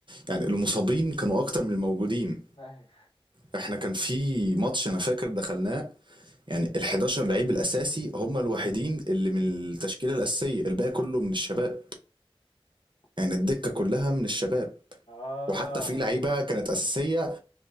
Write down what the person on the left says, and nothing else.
لا
<laughs>
اه